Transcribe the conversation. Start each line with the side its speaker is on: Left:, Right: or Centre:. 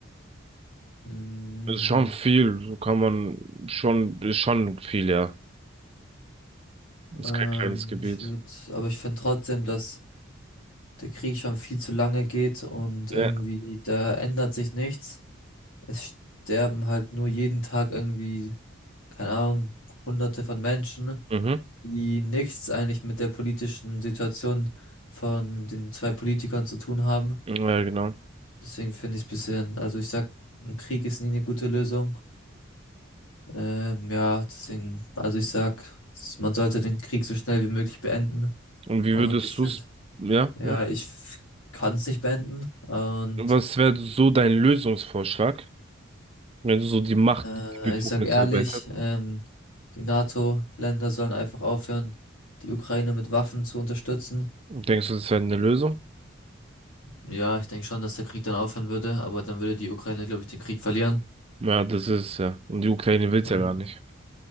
Left: Mm,
Right: ist schon viel, so kann man schon, ist schon viel, ja. Ist
Left: Ähm,
Right: kein kleines Gebiet.
Left: ich würde, aber ich finde trotzdem, dass der Krieg schon viel zu lange geht und
Right: Ja.
Left: irgendwie da ändert sich nichts. Es sterben halt nur jeden Tag irgendwie, keine Ahnung, Hunderte von Menschen,
Right: Mhm.
Left: die nichts eigentlich mit der politischen Situation von den zwei Politikern zu tun haben.
Right: Ja, genau.
Left: Deswegen finde ich es bisschen, also ich sag, ein Krieg ist nie eine gute Lösung. Ähm, ja, deswegen, also ich sag, s- man sollte den Krieg so schnell wie möglich beenden.
Right: Und wie
Left: Und
Right: würdest
Left: ich
Right: du's,
Left: finde,
Right: ja,
Left: Ja,
Right: ja.
Left: ich kann es nicht beenden. Und
Right: Was wäre so dein Lösungsvorschlag, wenn du so die Macht,
Left: äh,
Right: die Befugnisse
Left: ich sag ehrlich,
Right: erweitert?
Left: ähm, die NATO-Länder sollen einfach aufhören, die Ukraine mit Waffen zu unterstützen.
Right: Denkst du, das wäre eine Lösung?
Left: Ja, ich denke schon, dass der Krieg dann aufhören würde, aber dann würde die Ukraine, glaube ich, den Krieg verlieren.
Right: Ja, das ist ja. Und die Ukraine will's
Left: Ähm,
Right: ja gar nicht.